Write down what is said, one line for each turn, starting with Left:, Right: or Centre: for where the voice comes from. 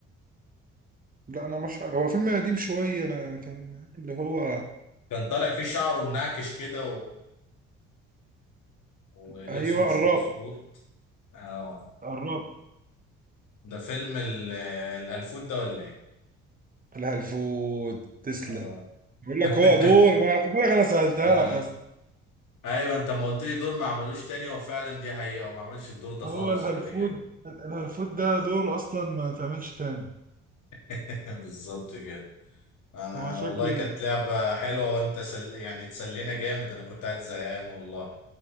Right: لا انا مش عارف هو فيلم قديم شويه انا كان اللي هو
Left: كان طالع فيه شعره منعكش كده ولبسه
Right: ايوه
Left: مش
Right: قربت
Left: مظبوط اه
Right: قربت
Left: ده فيلم ال- الهلفوت ده ولا ايه
Right: لها الفود تسلم
Left: اه
Right: بيقول لك
Left: <laughs>
Right: هو دور ما انا خد بالك انا سهلتها
Left: اه
Right: لك اصلا
Left: ايوه انت ما قلت لي دور ما عملوش تاني هو فعلا دي حقيقة وما عملش الدور ده
Right: هو
Left: خالص
Right: الهلفود
Left: بعد كده
Right: الهلفود ده دوره اصلا ما تعملش تاني
Left: <laughs> بالظبط كده انا
Right: هو شكله
Left: والله كانت لعبة حلوة وانت سل... يعني تسلينا جامد انا كنت قاعد زهقان والله